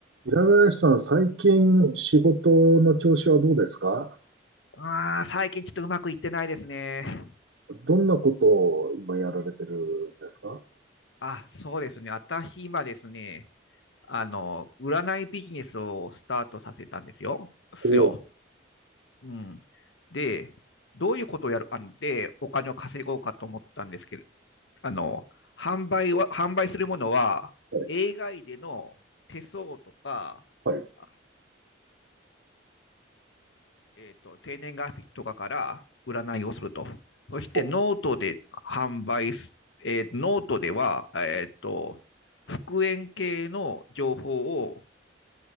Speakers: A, on the right; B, on the left.
A: 平林さん、最近仕事の調子はどうですか
B: あー最近ちょっとうまくいってないですね。
A: どんなことを今やられてるんですか
B: あ、そうですね。私今ですね、あの、占いビジネスをスタートさせたんですよ。すよ。
A: おお
B: うん。で、どういうことをやる、あの、で、お金を稼ごうかと思ったんですけど、あの、販売は、販売するものは、
A: ー、
B: AI での手相とか、
A: はい、はい、
B: あえーと、生年月日とかから占いをすると。そしてノートで販売す、
A: お
B: えーノートでは、えーと、復縁系の情報を、